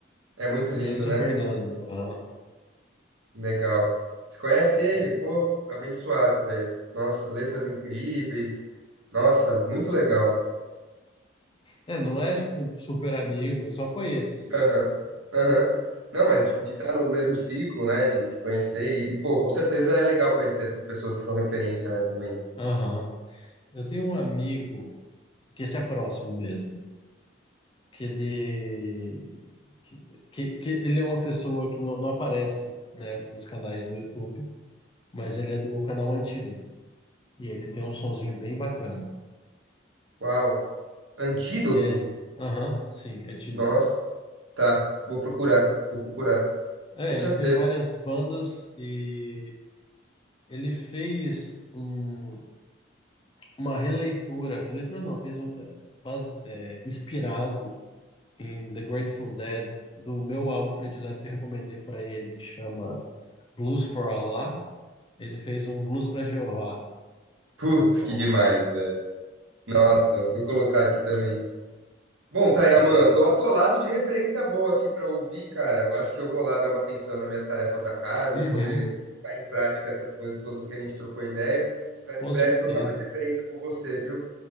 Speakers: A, on the right; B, on the left.
A: É muito lindo,
B: Conheço
A: né?
B: o Fernando. Aham.
A: Legal. Você conhece ele? Pô, abençoado, velho. Nossa, letras incríveis. Nossa, muito legal.
B: É, não é tipo um super amigo, meu, eu só conheço assim,
A: Aham,
B: tipo,
A: aham. Não, mas
B: de
A: de estar no mesmo ciclo, né? De, de conhecer. E, e, pô, com certeza é legal conhecer essas pessoas que são referência, né? Também.
B: Aham. Eu tenho um amigo que esse é próximo mesmo, que ele que, que, que ele é uma pessoa que não, não aparece, né, nos canais do YouTube, mas ele é do canal Antídoto e ele tem um sonzinho bem bacana.
A: Uau. Antídoto?
B: E é, aham, sim, é Antídoto.
A: Nossa, tá. Vou procurar, vou procurar.
B: É,
A: Com certeza.
B: ele tem várias bandas e ele fez um- uma releitura, releitura não, fez um, é, base, é, inspirado em The Grateful Dead, do meu álbum predileto que eu recomendei para ele, que chama Blues for Allah. Ele fez um Blues para Jeová.
A: Putz,
B: Então,
A: que demais, velho. Nossa, vou colocar aqui também. Bom, Tayaman,
B: é,
A: tô atolado de referência boa aqui pra ouvir, cara. Eu acho que eu vou lá dar uma atenção nas minhas tarefas da casa,
B: uhum,
A: poder colocar em prática essas coisas todas que a gente trocou ideia. Espero
B: com
A: em breve
B: certeza.
A: trocar mais referência com você, viu?